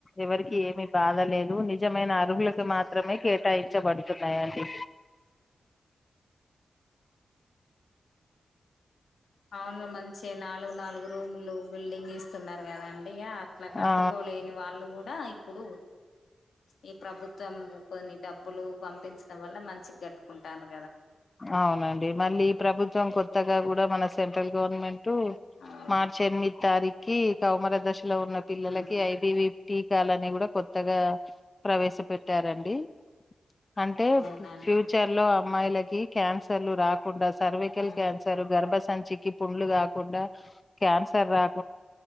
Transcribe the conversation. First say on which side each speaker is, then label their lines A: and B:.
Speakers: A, on the left; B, on the left.
A: ఎవరికీ
B: ఆ
A: ఏమీ బాధ లే <inaudible> జమైనా ర్హులకు మాత్రమే కేటాయించబడుతున్నాయండి
B: అవును మన్ చ్చి నాలుగు నాలుగు రూములు బిల్డింగ్ ఇస్తున్నరు కదండి ఇగ అట్ల కట్టుకోలేని
A: ఆ
B: వాళ్ళు కూడా ఇప్పుడు ఈ ప్రభుత్వం కొన్ని డబ్బులు పంపించడం వల్ల మంచిగ కట్టుకుంటాంరు
A: అవునండి మళ్ళీ ప్రభుత్వం కొత్ త్తగా కూడా మన సెంట్రల్ గవర్న్మెన్ టు
B: అవును
A: మార్చ్ ఎనిమిది తారీఖు కీ కౌమార దశ లో ఉన్న పిల్లలకి
B: ఉమ్
A: ఐ బి వి టీ త్యాల్లని కూడా కొత్తగా ప్రవేశ పెట్టారండి అంటే
B: అవునండి
A: ఫ్యూచర్ లో అమ్మాయిలకి క్యాన్సర్లు రాకు కుండా సర్వికల్
B: ఉమ్
A: క్యాన్సర్ గర్భ సంచి కి పుండ్లు కాకుండా క్యాన్సర్ రాకు